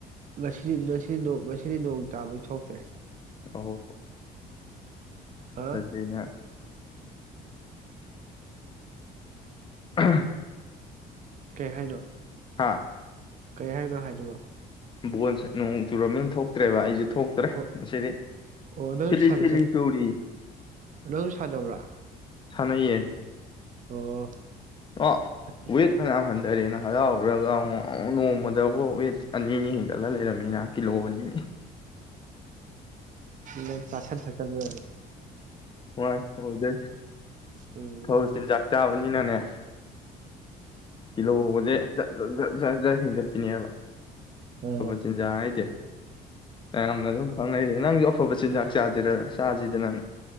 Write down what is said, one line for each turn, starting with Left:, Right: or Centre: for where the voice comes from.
Right: ꯉꯁꯤꯗꯤ ꯉꯁꯤꯗꯤ ꯉꯁꯤꯗꯤ ꯅꯣꯡ ꯇꯥꯕꯩ ꯊꯣꯛꯇ꯭ꯔꯦ
Left: ꯑ ꯍꯣ
Right: ꯍꯥ
Left: ꯑ ꯆꯩꯩꯅ ꯑ
Right: ꯀꯩ ꯍꯥꯏꯥꯏ ꯂꯣ
Left: ꯍꯥꯥ
Right: ꯀꯩ ꯍꯥꯏꯅꯣ ꯍꯥꯏꯗꯕ
Left: ꯕꯣꯟꯁꯦ ꯅꯣꯡ ꯆꯨꯔꯝꯃꯤ ꯊꯣꯛꯇ꯭ꯔꯦꯕ ꯑꯩꯁꯨ ꯊꯣꯛꯇ꯭ꯔꯦ
Right: ꯑꯣ
Left: ꯑꯁꯤꯗꯤ
Right: ꯑꯣ ꯅꯪ
Left: ꯊꯤꯂꯤ
Right: ꯁꯥꯟꯅ
Left: ꯊꯤꯂꯤ
Right: ꯆꯠ
Left: ꯆꯨꯔꯤ
Right: ꯅꯪ ꯁꯥꯟꯅꯕ꯭ꯔꯥ
Left: ꯁꯅꯌꯦ
Right: ꯑꯣ
Left: ꯑ ꯑꯣꯏꯣꯏ
Right: ꯐꯩ
Left: ꯍꯟꯗꯔ ꯍꯔꯥꯎꯔꯒ ꯑꯃꯨ ꯅꯣꯡꯃꯗꯐꯥꯎ ꯋꯦꯠ ꯑꯅꯤ ꯑꯅꯤ ꯍꯦꯟꯒꯠꯂ ꯂꯩꯔꯝꯃꯤꯅ ꯀꯤꯂꯣ ꯑꯅꯤ
Right: <inaudible> ꯆꯥꯁꯟ ꯊꯠꯕꯨ
Left: ꯍꯣꯏ ꯐꯣꯏꯗꯣꯏ
Right: ꯎꯝ
Left: ꯐꯧ ꯆꯤꯟꯖꯥꯛ ꯆꯥꯕꯅꯤꯅꯅꯦ ꯇꯤꯜꯍꯧꯕꯁꯦꯖꯠ ꯖꯠ ꯖꯠ ꯖꯠ ꯖꯠ ꯍꯦꯟꯒꯠꯄꯤꯅꯦꯕ
Right: ꯑꯥ
Left: ꯑꯐꯕ ꯆꯤꯟꯖꯥꯛ ꯍꯥꯏꯁꯦ ꯃꯌꯥꯝꯅ ꯑꯗꯨꯝ ꯈꯪꯅꯩꯁꯦ ꯅꯪꯒꯤ ꯑꯐꯕ ꯆꯤꯟꯖꯥꯛ ꯆꯥꯖꯔ ꯆꯖꯗꯦ ꯅꯥꯟ